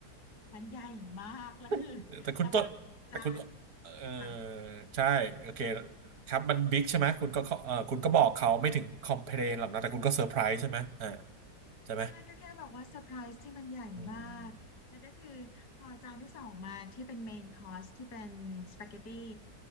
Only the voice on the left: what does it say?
มันใหญ่มากแล้วคือ
แล้วพอจานค่ะ
ใช่ก็แค่บอกว่าเซอร์ไพรส์ที่มันใหญ่มากแล้วก็คือพอจานที่สองมาที่เป็นเมนคอร์สที่เป็นสปาเกตตี้